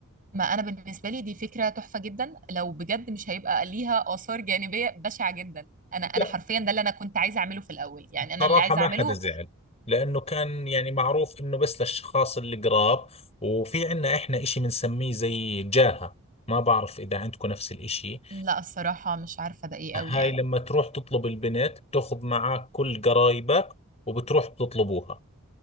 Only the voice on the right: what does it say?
ما انا بالنسبة لي دي فكرة تحفة جدا لو بجد مش هيبقى ليها آثار جانبية بشعة جدا انا انا
حرفيا ده اللي انا كنت عايزه اعمله في الاول يعني
انا اللي عايزه
اعمله
لا الصراحة مش عارفة ده ايه
قوي يعني